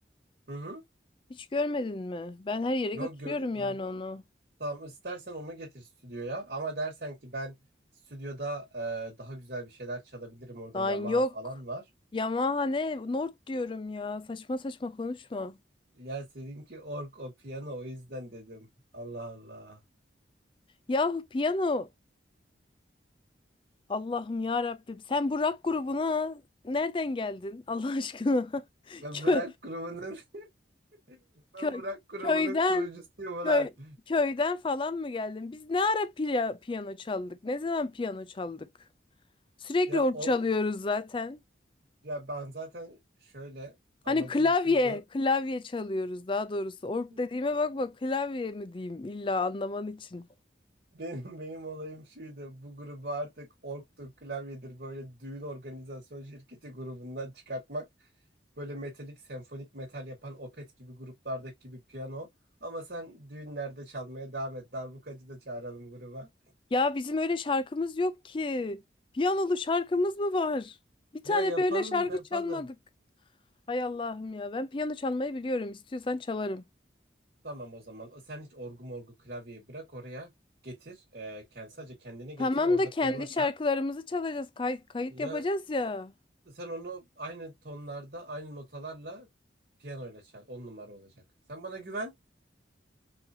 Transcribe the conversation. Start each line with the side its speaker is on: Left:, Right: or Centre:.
Right: Hı hı.
Left: Hiç görmedin mi? Ben her yere
Right: Yok
Left: götürüyorum
Right: gö gör
Left: yani onu.
Right: tamam istersen onu getir stüdyoya. Ama dersen ki ben stüdyoda e, daha güzel bir şeyler çalabilirim. Orada
Left: Lan
Right: Yamaha
Left: yok.
Right: falan var.
Left: Yamaha ne? Nord diyorum ya. Saçma saçma konuşma.
Right: Ya seninki org o piyano o yüzden dedim. Allah Allah.
Left: Yahu piyano. Allah'ım ya Rabbim. Sen bu rock grubuna nereden geldin? Allah aşkına. <laughs>
Right: Ben
Left: Köy,
Right: Bırak grubunun <laughs> ben
Left: köy,
Right: Bırak grubunun
Left: köyden,
Right: kurucusuyum ulan.
Left: köy, köyden falan mı geldin? Biz ne ara piya- piyano çaldık? Ne zaman piyano çaldık? Sürekli
Right: Ya
Left: org
Right: org
Left: çalıyoruz zaten.
Right: ya ben zaten şöyle amacım
Left: Hani klavye,
Right: şuydu.
Left: klavye çalıyoruz daha doğrusu. Org
Right: <laughs>
Left: dediğime bakma klavye mi diyeyim illa anlaman için.
Right: Benim benim olayım şuydu. Bu grubu artık orgtur, klavyedir böyle düğün organizasyon şirketi grubundan çıkartmak. Böyle metalik, senfonik metal yapan Opet gibi gruplardaki gibi piyano. Ama sen düğünlerde çalmaya devam et. Darbukacı da çağıralım gruba.
Left: Ya bizim öyle şarkımız yok ki. Piyanolu şarkımız mı var? Bir tane
Right: Ya yapalım
Left: böyle şarkı
Right: yapalım.
Left: çalmadık. Hay Allah'ım ya. Ben piyano çalmayı biliyorum. İstiyorsan çalarım.
Right: Tamam o zaman. O- Sen hiç orgu morgu klavyeyi bırak oraya. Getir. E, kendi, sadece kendini
Left: Tamam
Right: getir. Orada
Left: da kendi
Right: piyano çal.
Left: şarkılarımızı çalacağız. Kay- kayıt
Right: Ya
Left: yapacağız ya.
Right: sen onu aynı tonlarda, aynı notalarla piyanoyla çal. On numara olacak. Sen bana güven.